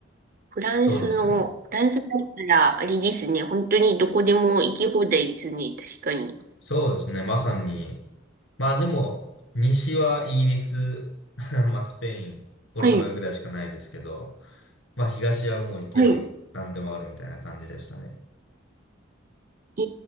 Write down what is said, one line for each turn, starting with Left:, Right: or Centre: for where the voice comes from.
Right: フランスの、
Left: そうですね。
Right: フランスだったら、あれですね。本当にどこでも行き放題ですね。確かに。
Left: そうですね。まさに。まあでも、西はイギリス、<laughs> まあスペイン、ポルトガルぐらいしかないですけど、
Right: はい。
Left: まあ東はもう行けば何でもあるみたいな感じでしたね。
Right: はい。え